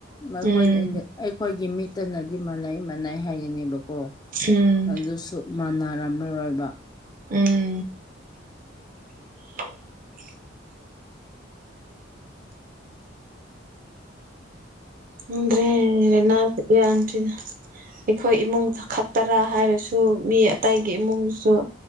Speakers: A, on the left; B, on the right.
A: ꯃꯈꯣꯏ
B: ꯎꯝ
A: <unintelligible> ꯑꯩꯈꯣꯏꯒꯤ ꯃꯤꯠꯇꯅ ꯑꯗꯨꯗꯤ ꯃꯥꯟꯅꯩ ꯃꯥꯟꯅꯩ ꯍꯥꯏꯒꯅꯤꯕꯀꯣ
B: ꯎꯝ
A: ꯑꯗꯨꯁꯨ ꯃꯥꯟꯅꯔꯝꯃꯔꯣꯏꯕ
B: ꯎꯝ <unintelligible> <inaudible> ꯉꯝꯗꯔꯦ ꯂꯩꯅꯥ ꯃꯌꯥꯝꯁꯤꯅ ꯑꯩꯈꯣꯏ ꯏꯃꯨꯡ ꯈꯠꯇꯔꯥ ꯍꯥꯏꯔꯁꯨ ꯃꯤ ꯑꯇꯩꯒꯤ ꯏꯃꯨꯡꯁꯨ